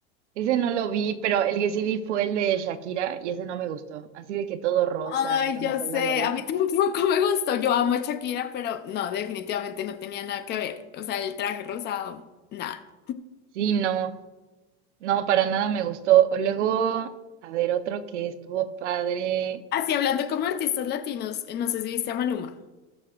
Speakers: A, on the right; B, on the left.
A: ese no lo vi, pero el que sí vi fue el de Shakira y ese no me gustó. Así de que todo rosa
B: Ay,
A: y con
B: yo
A: falda
B: sé,
A: larga.
B: a mí <laughs> tampoco me gustó. Yo amo a Shakira, pero no, definitivamente no tenía nada que ver. O sea, el traje rosado, nada.
A: Sí, no, no, para nada me gustó. O luego, a ver, otro que estuvo padre.
B: Así hablando como artistas latinos, eh, no sé si viste a Maluma.